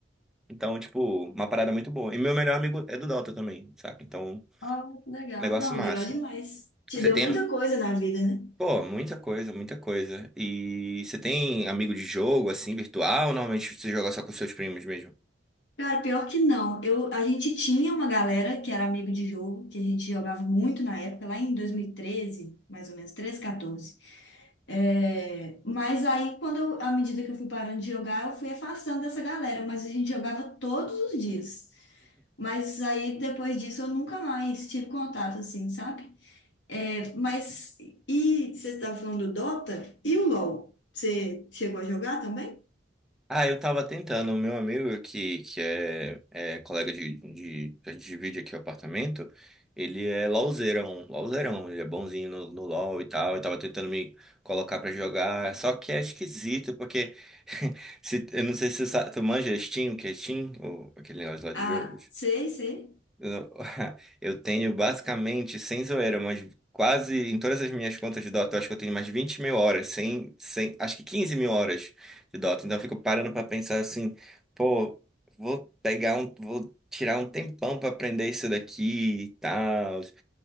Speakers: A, in the centre; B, on the left (about 75°).
A: Então, tipo, uma parada muito boa. E meu melhor amigo é do Dota também, saca? Então, um
B: Ah, que legal.
A: negócio
B: Não,
A: massa.
B: legal demais. Te
A: Você
B: deu
A: tem
B: muita coisa na vida, né?
A: Pô, muita coisa, muita coisa. E você tem amigo de jogo, assim, virtual? ou Normalmente você joga só com seus primos mesmo?
B: Cara, pior que não. Eu, a gente tinha uma galera que era amigo de jogo, que a gente jogava muito na época, lá em 2013, mais ou menos, 13, 14. É, mas aí, quando eu- à medida que eu fui parando de jogar, eu fui afastando dessa galera, mas a gente jogava todos os dias. Mas aí, depois disso, eu nunca mais tive contato, assim, sabe? É, mas, e você estava falando do Dota e o LoL? Você chegou a jogar também?
A: Ah, eu tava tentando. O meu amigo, que, que é, é colega de, de. A gente divide aqui o apartamento. Ele é LOLzeirão, LOLzeirão. Ele é bonzinho no, no LOL e tal. Eu tava tentando me colocar pra jogar. Só que é esquisito, porque. <laughs> se- eu não sei se tu, sa- tu manja Steam, que é Steam, ou aquele negócio lá de
B: Ah,
A: jogo.
B: sei, sei.
A: Eu <laughs> eu tenho basicamente, sem zoeira, mas quase em todas as minhas contas de Dota, eu acho que eu tenho mais de vinte mil horas, sem, sem, acho que quinze mil horas de Dota. Então eu fico parando pra pensar assim, pô, vou pegar um, vou tirar um tempão pra aprender isso daqui e tal.